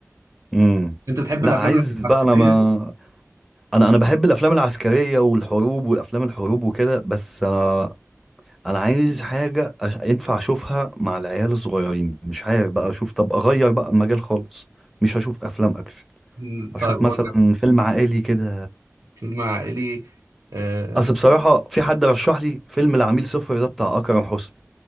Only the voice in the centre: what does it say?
امم
لا
عايز
بقى أنا ما
أنا أنا بحب الأفلام العسكرية والحروب والأفلام الحروب وكده بس أنا انا عايز حاجه أش... ينفع اشوفها مع العيال الصغيرين مش عارف بقى اشوف طب اغير بقى المجال خالص مش هشوف افلام اكشن
اشوف
مثلا
فيلم عائلي كده
اصل بصراحه في حد رشح لي فيلم العميل صفر ده بتاع اكرم حسني